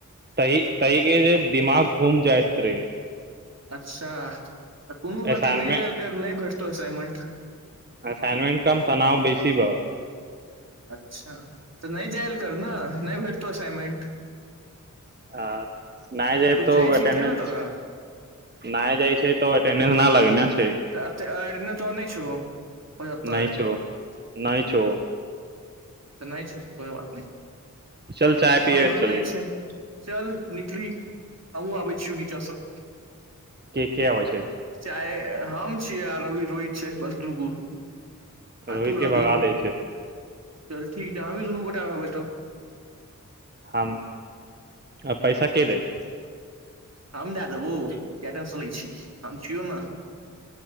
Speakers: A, on the right; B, on the right.
A: तहि तहि के जें दिमाग घुम जायत रे
B: अच्छा त कोनो बात
A: असाइनमेंट
B: नै जायल कर नहि भेटतौ त असाइनमेंट
A: असाइनमेंट कम तनाव बेसी बा
B: अच्छा त नै जायल कर न नहि भेटतौ असाइनमेंट
A: हँ नाय जायब
B: तू
A: तो
B: जाइ
A: ओ
B: छी
A: अटेंडेंस
B: तें ने तोरा
A: नाय जाइ छे तों अटेंडेंस
B: <unintelligible>
A: <unintelligible> नहि छौ नहि छौ
B: त नहि छौ त कोई बात नै
A: चल चाय पिये
B: हमरो
A: चली
B: नै छै चल निकली हमहू आबै छियो निचा सँ
A: के के आबै छै
B: आँ-य हम छियै आ रवि रोहित छै बस दू गो आ
A: रोहित
B: तुं
A: के
B: रहबि
A: भगा दै छै
B: चल ठीक छै हमहीं दू गोटा रहबै तब
A: हम आ पैसा के देत
B: हम देय देबौ किया टेंशन ले छिहीं हम छियौ न